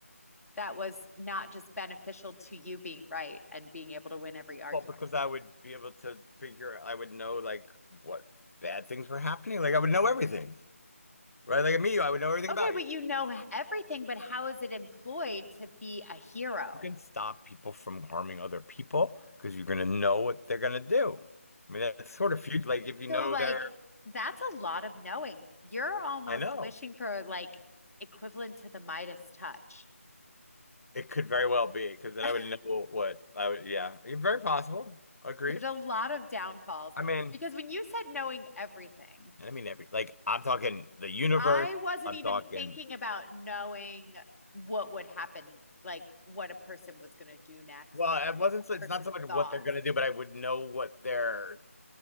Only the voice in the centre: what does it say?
that was not just beneficial to you being right and being able to win every argument?
Okay,
but
you know everything, but how is it employed to be a hero?
So, like,
that's a lot of knowing. You're almost
wishing for like equivalent to the Midas touch.
<laughs>
There's a lot of downfalls
because when you said knowing everything,
I wasn't
even
thinking about knowing what would happen, like what a person was going to do next
or like
a
person's
thoughts,